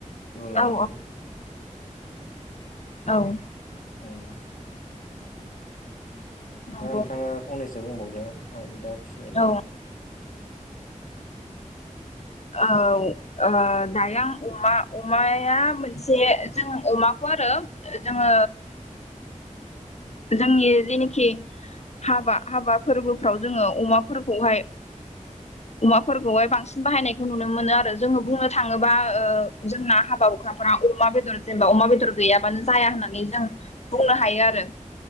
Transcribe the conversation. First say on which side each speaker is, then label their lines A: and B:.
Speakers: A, on the left; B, on the left.
A: जरायावनो
B: औ औ औ
A: उम
B: नंगौ
A: दा नोंथाङा फंनैसो बुंबावदो आंनि दाव फिसिनायनि
B: औ
A: बागै
B: औ ओ दायो आं अमा अमाया मोनसे जों अमाखौ <unintelligible> जोङो जोंनि जेनोखि हाबा हाबा फोरबोफ्राव जोङो अमाफोरखौहाय अमाफोरखौहाय बांसिन बाहायनायखौ नुनो मोनो आरो जोङो बुंनो थाङोबा ओ जोंना हाबा हुखाफोराव अमा बेदर जेनेबा अमा बेदर गैयाबानो जाया होननानै जों बुंनो हायो आरो